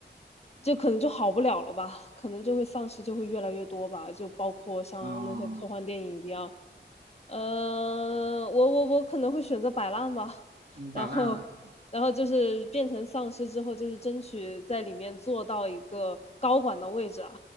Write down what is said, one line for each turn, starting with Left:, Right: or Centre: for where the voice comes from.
Left: 就可能就好不了了吧，可能就会丧尸就会越来越多吧，就包括像那些科幻电影一样。
Right: 啊、
Left: 呃，我我我可能会选择摆烂吧，<laughs>
Right: 嗯，摆烂了。
Left: 然后然后就是变成丧尸之后，就是争取在里面做到一个高管的位置啊，